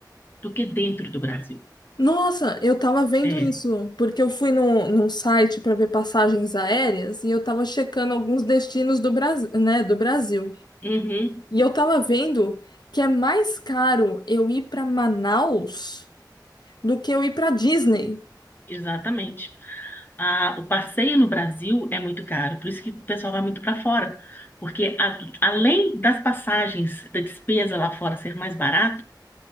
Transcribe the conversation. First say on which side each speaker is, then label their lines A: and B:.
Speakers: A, on the left; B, on the left.
A: do que dentro do Brasil.
B: Nossa, eu tava vendo
A: É.
B: isso, porque eu fui num, num site para ver passagens aéreas e eu tava checando alguns destinos do Brasil, né, do Brasil.
A: Uhum,
B: E eu tava vendo que é mais caro eu ir para Manaus do que eu ir para Disney.
A: exatamente. A, o passeio no Brasil é muito caro, por isso que o pessoal vai muito para fora. Porque a- além das passagens da despesa lá fora ser mais barato,